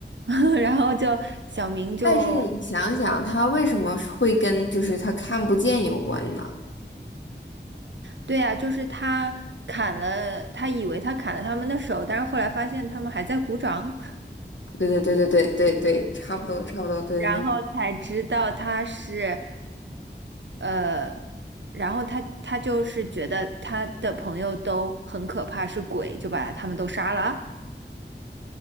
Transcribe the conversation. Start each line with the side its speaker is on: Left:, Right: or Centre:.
Right: <laughs> 然后就小明就
Left: 但是你想想，他为什么是会跟就是他看不见有关呢？
Right: 对呀、就是他砍了，他以为他砍了他们的手，但是后来发现他们还在鼓掌。
Left: 对对对对对对对，差不多差不多，对对对。
Right: 然后才知道他是，呃，然后他他就是觉得他的朋友都很可怕，是鬼，就把他们都杀了。